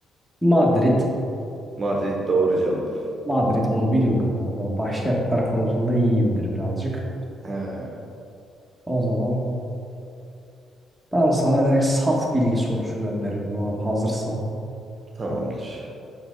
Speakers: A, in the centre; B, on the right (about 40°).
A: Madrid.
B: Madrid doğru cevap.
A: Madrid bunu biliyorum abi. Ben başkentler konusunda iyiyimdir birazcık.
B: He,
A: O zaman ben sana direkt saf bilgi sorusu gönderiyorum abi hazırsan.
B: tamamdır.